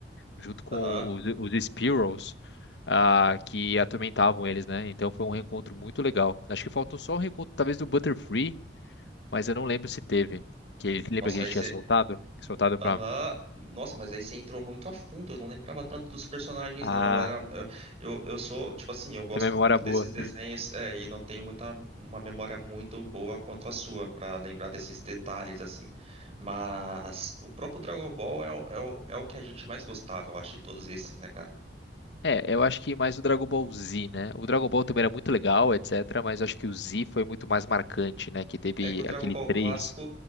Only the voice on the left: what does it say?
junto com
os, os Sparrows, ah, que atormentavam eles, né? Então foi um reencontro muito legal. Acho que faltou só o reencontro, talvez, do Butterfree, mas eu não lembro se teve. Que ele, lembra
que ele
tinha soltado? Soltado
pra.
Ah,
tem uma memória
boa.
É, eu acho que mais o Dragon Ball Z, né? O Dragon Ball também era muito legal, etc. Mas acho que o Z foi muito mais marcante, né? Que teve
aquele
três